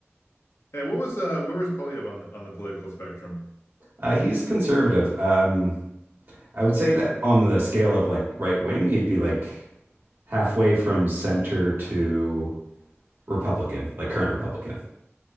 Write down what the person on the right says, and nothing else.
Uh, he's conservative. Um, I would say that on the scale of like right wing, he'd be like halfway from center to Republican, like current Republican.